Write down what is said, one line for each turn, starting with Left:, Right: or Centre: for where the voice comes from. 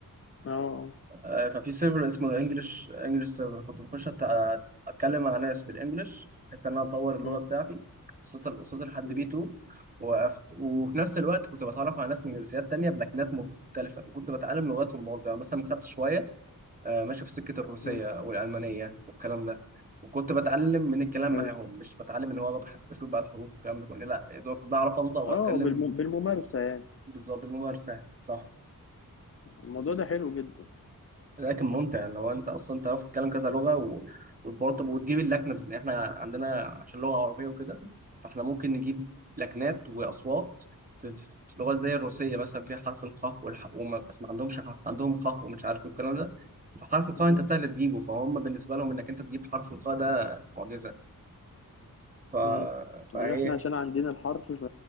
Left: اه
Right: آه، ففي سيرفر اسمه الانجليش انجليش سيرفر كنت بخش أت... اتكلم مع ناس بالانجليش بحيث ان انا اطور اللغه
Left: مم.
Right: بتاعتي وصلت وصلت لحد
Left: مم.
Right: بي 2 وقفت وفي نفس الوقت كنت بتعرف على ناس من جنسيات تانية بلكنات مختلفه فكنت بتعلم لغاتهم برضه يعني مثلا خدت شويه آه، ماشي في سكة الروسية
Left: مم.
Right: والألمانية والكلام ده وكنت بتعلم من الكلام
Left: حلو
Right: معاهم مش بتعلم ان هو ببحث بشوف بقى الحروف والكلام ده كله لا يا دوب بعرف انطق واتكلم
Left: اه بالم... بالممارسة يعني
Right: بالظبط بالممارسة صح
Left: الموضوع ده حلو جدا
Right: لكن ممتع لو انت اصلا تعرف تتكلم كذا لغه و... وبرضه وتجيب اللكنه بس احنا عندنا عشان لغه عربيه وكده فاحنا ممكن نجيب لكنات واصوات في, في لغات زي الروسيه مثلا فيها حرف الخاء والح وما بس ما عندهمش خ عندهم خاء ومش عارف ايه والكلام ده فحرف الخاء
Left: مم.
Right: انت سهل تجيبه فهم بالنسبه لهم انك انت تجيب حرف الخاء ده معجزه ف...
Left: مم.
Right: فهي
Left: احنا عشان عندنا الحرف ف...